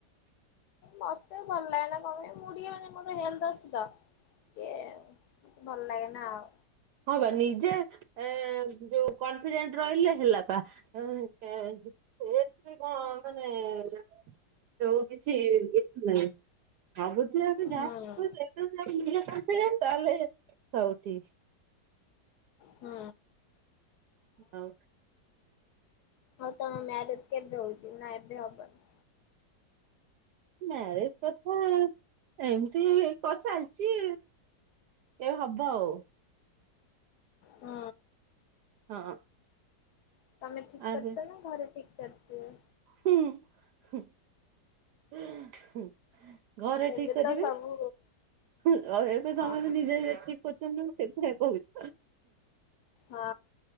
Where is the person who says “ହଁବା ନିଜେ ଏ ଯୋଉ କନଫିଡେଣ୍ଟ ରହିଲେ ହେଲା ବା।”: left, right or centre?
Right